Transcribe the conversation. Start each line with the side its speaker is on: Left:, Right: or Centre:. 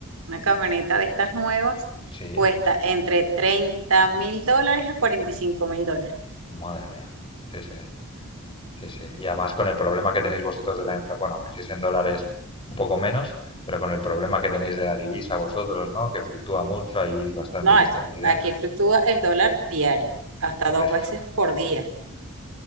Right: una camioneta de estas nuevas,
Left: sí,
Right: cuesta entre treinta mil dólares a cuarenta y cinco mil dólares.
Left: madre mía, sí, sí. Sí, sí. Y además con el problema que tenéis vosotros de la inflación, bueno, que si es en dólares un poco menos, pero con el problema que tenéis de la divisa vosotros, ¿no? Que fluctúa mucho, hay bastante
Right: No,
Left: inestabilidad.
Right: esto, aquí fluctúa el dólar diario, hasta
Left: Por
Right: dos
Left: eso
Right: veces por día.